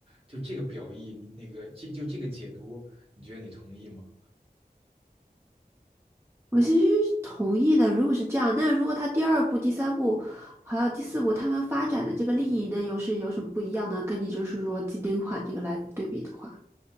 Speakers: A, on the right (about 35°); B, on the right (about 15°).
A: 就这个表意，你那个这就这个解读，你觉得你同意吗？
B: 我其实同意的，如果是这样，那如果他第二部、第三部还有第四部他们发展的这个利益呢，又是有什么不一样呢？跟你就是说经典款这个来对比的话。